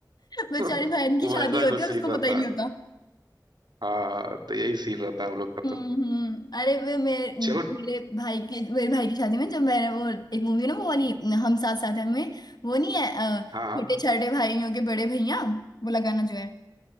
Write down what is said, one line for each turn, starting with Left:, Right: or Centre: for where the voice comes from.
Left: बेचारे
Right: <laughs>
Left: बहन की
Right: वो
Left: शादी
Right: ऐसा
Left: होती
Right: कुछ सीन
Left: है और उसको
Right: रहता
Left: पता ही नहीं
Right: है
Left: होता
Right: हाँ तो यही सीन रहता है हम लोग का
Left: हम्म
Right: तो
Left: हम्म अरे वे मेरे मेरे
Right: चलो
Left: भाई के मेरे भाई की शादी में जब मैंने वो एक मूवी है ना वो वाली हम साथ साथ हैं में वो नहीं है अ,
Right: हाँ
Left: छोटे छोटे भाइयों के बड़े भैया वो लगाना जो है